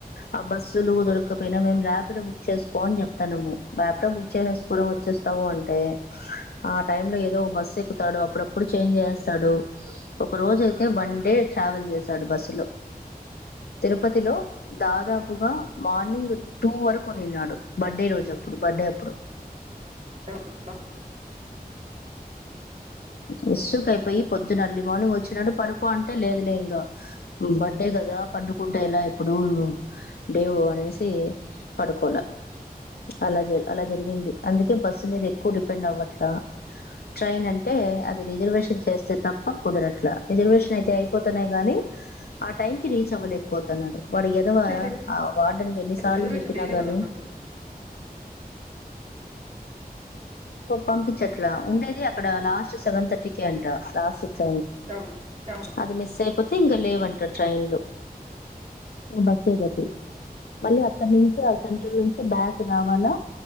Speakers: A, on the left; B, on the right.
A: ఆ బస్సులు దొరకపోయినా మేము రాపిడో బుక్ చేసుకోని చెప్తానము ర్యాపిడో బుక్ చేసు కూడా వచ్చేస్తావు అంటే ఆ టైమ్ లో ఏదో బస్సు ఎక్కుతాడు అప్పుడప్పుడు చేంజ్ చేస్తాడు ఒక రోజుయితే వన్ డే ట్రావెల్ చేసాడు బస్సు లో తిరుపతిలో దాదాపు ఇంగ మార్నింగ్ టూ వరకు ఉండిన్నాడు బర్డ్ రోజు అప్పుడు బర్డ్ అప్పుడు
B: తేవ్ పా
A: విస్సుక్ అయిపోయి పొద్దున అర్లీ మార్నింగ్ వచ్చినడు పడుకో అంటే లేదులే ఇంకా బర్డే కదా పండుకుంటే ఎలా ఇప్పుడు డేవ అనేసి పడుకోల అలా జ అలా జరిగింది అందుకే బస్సు మీద ఎక్కువ డిపెండ్ అవ్వట్లా ట్రైన్ అంటే అది రిజర్వేషన్ చేస్తే తప్ప కుదరట్లా రిజర్వేషన్ అయితే అయిపోతున్నాయి గాని ఆ టైం కి రీచ్ అవ్వలేకపోతున్నాడు. వాడు ఎదవా
B: చేయలేము
A: ఆ వార్డెన్కి ఎన్నిసార్లు
B: రిజర్వేషన్
A: చెప్పినా
B: చేయలేము
A: గానీ
B: అలా ఉన్నప్పుడు
A: పప్పంపి చెట్లా ఉండేది అక్కడ లాస్ట్ సెవెన్ థర్టీ కే అంట లాస్ట్
B: అవును అవును
A: అది మిస్ అయిపోతే ఇంకా లే వంట ట్రైన్ లో ఇగ బస్ ఏగతి మళ్ళీ అక్కడ నుంచి ఆ సెంట్రల్ నుంచి బ్యాక్ రావాలా